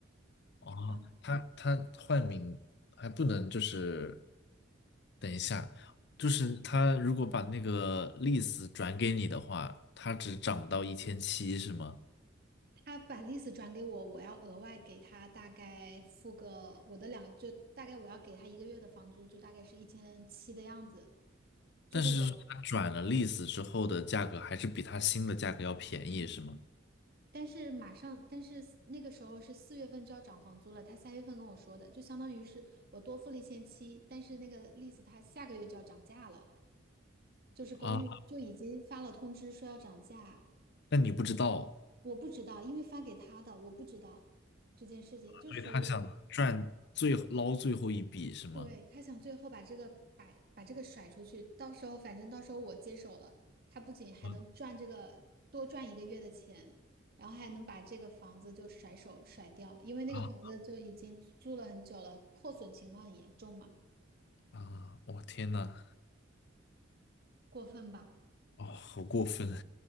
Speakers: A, on the left (about 60°); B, on the right (about 50°).
A: 哦，
B: 然后
A: 他他换名还不能就是，等一下，就是他如果把那个 list 转给你的话，他只涨到一千七是吗？
B: 他把 list 转给我，我要额外给他大概付个我的两，就大概我要给他一个月的房租，就大概是一千七的样子。就是我，
A: 但是他转了 list 之后的价格还是比他新的价格要便宜是吗？
B: 但是马上，但是那个时候是四月份就要涨房租了，他三月份跟我说的，就相当于是我多付了一千七，但是那个 list 他下个月就要涨价了。就是公寓就已经发了通知说要涨价，
A: 啊，那你不知道，
B: 我不知道，因为发给他的，我不知道这件事情，就属于
A: 所以他想赚最捞最后一笔是吗？
B: 对他想最后把这个把把这个甩出去，到时候反正到时候我接手了，他不仅还能赚这个多赚一个月的钱，
A: 嗯
B: 然后还能把这个房子就甩手甩掉，因为那个房子就已经租了很久了，
A: 啊
B: 破损情况很严重嘛，
A: 啊！我天呐，
B: 过分吧？
A: 哦，好过分！